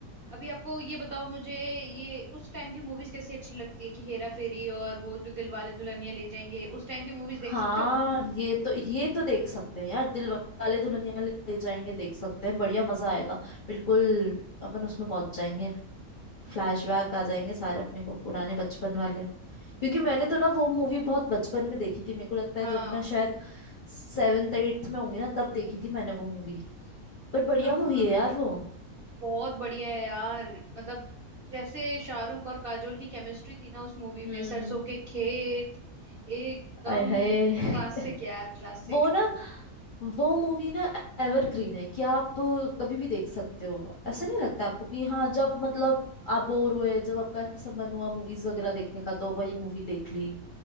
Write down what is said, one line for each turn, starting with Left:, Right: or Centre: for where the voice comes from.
Right: अभी आपको ये बताओ मुझे ये उस टाइम की मूवीज कैसी अच्छी लगती है कि हेरा फेरी और वो जो दिलवाले दुल्हनिया ले जाएंगे उस टाइम की मूवीज
Left: हाँ
Right: देख सकते हो
Left: ये तो ये तो देख सकते हैं यार दिल वाले दुल्हनिया ले जाएंगे देख सकते हैं बढ़िया मजा आएगा बिल्कुल अपन उसमें पहुंच जाएंगे फ्लैशबैक आ जाएंगे सारे अपने को पुराने बचपन वाले क्योंकि मैंने तो ना वो मूवी बहुत बचपन में देखी थी मेरे को लगता है
Right: हाँ
Left: जब मैं शायद सेवेंथ एट्थ में होंगी ना तब देखी थी मैंने वो मूवी पर बढ़िया
Right: हाँ
Left: मूवी है यार वो
Right: बहुत बढ़िया है यार मतलब जैसे शाहरुख और काजोल की केमिस्ट्री थी ना उस मूवी
Left: हम्म
Right: में सरसों के खेत एकदम
Left: आय हाय
Right: क्लासिक यार
Left: <laughs>
Right: क्लासिक
Left: वो ना वो मूवी ना एवरग्रीन है कि आप कभी भी देख सकते हो ऐसा नहीं लगता आपको कि हाँ जब मतलब आप बोर हुए जब आपका ऐसा मन हुआ मूवीज वगैरह देखने का तो वही मूवी देख ली